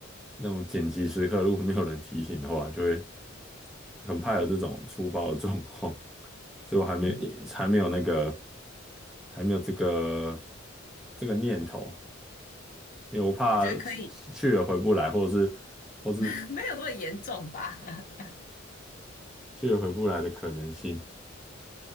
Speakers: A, in the centre; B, on the left.
A: 那种紧急时刻，如果没有人提醒的话，就会很怕有这种粗暴的状况，所以我还没还没有那个
B: 嗯，
A: 还没有这个这个念头。因为我怕去去了回不来，
B: 我觉得可以，
A: 或者是或是
B: <laughs> 没有这么严重吧？<laughs>
A: 去也回不来的可能性。